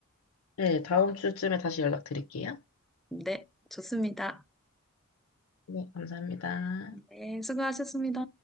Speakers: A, on the left; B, in the centre.
A: 네. 다음 주쯤에 다시 연락드릴게요.
B: 네, 좋습니다.
A: 네. 감사합니다.
B: 네, 수고하셨습니다.